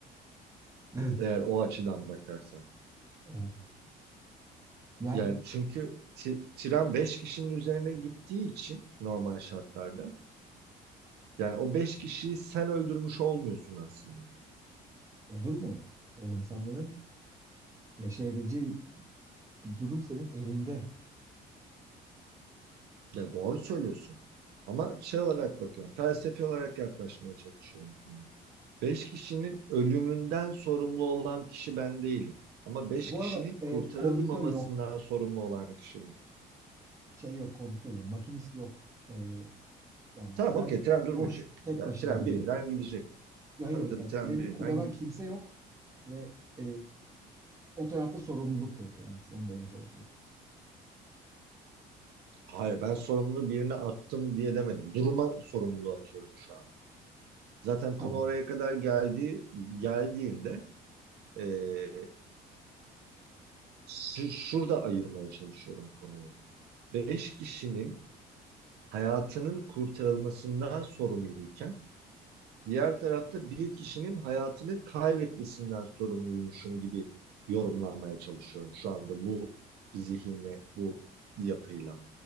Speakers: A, on the right; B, on the right.
A: Evet.
B: Eğer o açıdan bakarsan.
A: Evet. Yani
B: Yani çünkü ti- tren 5 kişinin üzerine gittiği için normal şartlarda. Yani o 5 kişiyi sen öldürmüş olmuyorsun aslında.
A: olur mu? O insanların yaşayabileceği bir, bir durum senin elinde.
B: Ya doğru söylüyorsun. Ama şey olarak bakıyorum. Felsefi olarak yaklaşmaya çalışıyorum konuya. Beş kişinin ölümünden sorumlu olan kişi ben değilim. Ama beş
A: Bu
B: kişinin
A: arada
B: kurtarılmamasından
A: e, kondüktör yok.
B: sorumlu olan kişi benim.
A: Şey yok, kondüktör yok. Makinist yok. E, yani
B: Tamam
A: tren
B: okey tren durmayacak.
A: boş, tek
B: Yani
A: başına
B: tren
A: gidiyor.
B: birinden gidecek.
A: Ya Hayır,
B: Tabii
A: hayır,
B: tabii
A: yani
B: tren
A: treni
B: birinden
A: kullanan kimse yok ve e, o tarafta sorumluluk yok yani aslında onu demeye çalışıyorum.
B: Hayır ben sorumluluğu birine attım diye demedim. Duruma sorumluluğu atıyorum şu anda. Zaten
A: Tamam.
B: konu oraya kadar geldiği, geldiğinde eee, şu- şurada ayırmaya çalışıyorum konuyu. Beş kişinin hayatının kurtarılmasından sorumluyken diğer tarafta bir kişinin hayatını kaybetmesinden sorumluymuşum gibi yorumlanmaya çalışıyorum şu anda bu zihinle, bu yapıyla